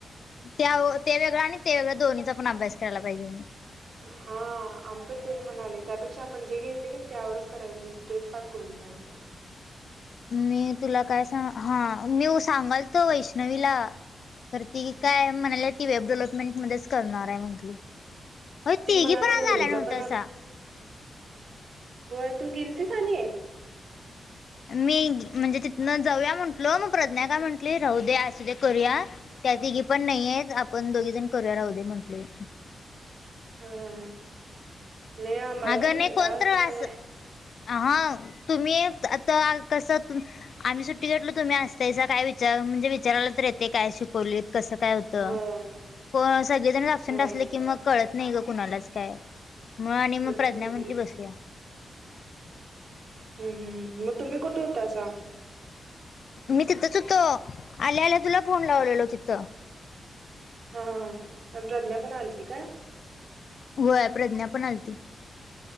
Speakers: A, on the left; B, on the right.
A: त्या ते वेगळं आणि ते वेगळं दोन्हीचा पण अभ्यास करायला पाहिजे मी.
B: हा आम्ही पण तेच म्हणाले त्यापेक्षा आपण जे घेतले की त्यावरच करायचं म्हणजे तेच पाठ करून जायचं.
A: मी तुला काय सांग हा मी सांगाल तो वैष्णवीला. खरं ती काय म्हणालेय ती वेब डेव्हलपमेंट मध्येच करणार आहे म्हण होय
B: ती
A: तिघी
B: म्हणाल्या
A: पण
B: दोन्हीचा
A: आज आला नव्हतासा.
B: पण व्हय तू गेलतीस आणि?
A: मी तिथनं जऊया म्हणलो मग प्रज्ञा काय म्हंटली राहू दे असू दे, करूया त्यातिघी पण नाहीय आपण दोघी जण करूया राहू दे म्हटली.
B: हां हां हां नाही आम्हाला
A: अगं
B: पण कंटाळा
A: नाही कोणतर
B: आलता
A: आस
B: सोड
A: आ हा तुम्ही आता कस तु- आम्ही सुट्टी घेतलो तुम्ही असतासा काय विचार म्हणजे विचारयला तर येते काय शिकवलीत कसं काय होत.
B: होय
A: को सगळेजणच अबसेंट
B: होय.
A: असले की मग कळत नाही ग कुणालाच काय. मग आणि मग
B: पंचाअत्तर
A: प्रज्ञा म्हटली
B: किलो,
A: बसूया.
B: हम्म हम्म मग तुम्ही कुठं होतासा?
A: मी तिथंच होतो आल्या आल्या तुला फोन लावलेलो तिथं.
B: हा ह ह आणि प्रज्ञा पण आलती काय?
A: होय प्रज्ञा पण आलती